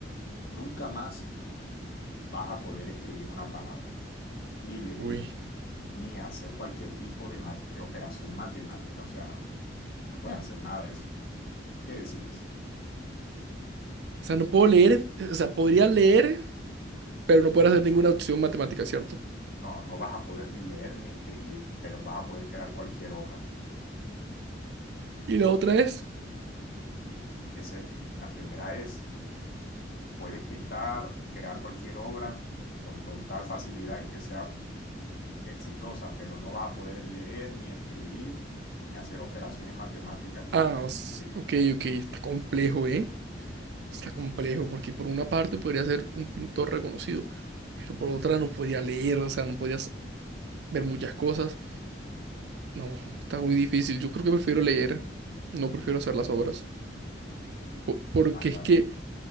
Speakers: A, on the left; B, on the right.
A: nunca más vas a poder escribir una palabra, ni leer,
B: uy.
A: ni hacer cualquier tipo de, ma- de operación matemática. O sea, no puedes hacer nada de eso. ¿Qué decides?
B: O sea, no puedo leer, o sea, podría leer, pero no puedo hacer ninguna opción matemática, ¿cierto?
A: no, no vas a poder ni leer ni escribir, pero vas a poder crear cualquier obra.
B: Y la otra es,
A: Ese, la primera es, puedes pintar, crear cualquier obra con total facilidad y que sea exitosa, pero no vas a poder leer ni escribir ni hacer operaciones matemáticas por
B: ah,
A: el resto
B: os-
A: de tu vida.
B: ok, ok, está complejo, ¿eh? Está complejo, porque por una parte podría ser un pintor reconocido, pero por otra no podría leer, o sea, no podrías ver muchas cosas. No, está muy difícil. Yo creo que prefiero leer. No prefiero hacer las
A: Sí,
B: obras. Po- Porque
A: vale,
B: es
A: vale.
B: que,